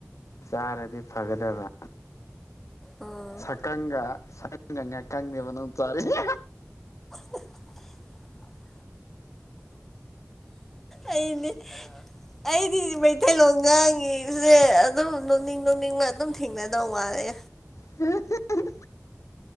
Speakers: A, on the left (about 75°); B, in the centre.
A: ꯆꯥꯔꯗꯤ ꯐꯒꯗꯕ
B: ꯎꯝ
A: ꯁꯥꯀꯪꯒ ꯁꯥꯀꯪꯒ ꯉꯥꯀꯪꯒꯅꯦꯕ ꯅꯪꯅ ꯆꯥꯔꯤꯁꯦ
B: <inaudible> ꯑꯩꯗꯤ ꯑꯩ ꯗꯤ ꯃꯩꯇꯩꯂꯣꯟ ꯉꯥꯡꯉꯤꯁꯦ ꯑꯗꯨꯝ ꯅꯣꯛꯅꯤꯡ ꯅꯣꯛꯅꯤꯡꯅ ꯑꯗꯨꯝ ꯊꯦꯡꯅꯗꯧ ꯃꯥꯜꯂꯦ
A: <inaudible>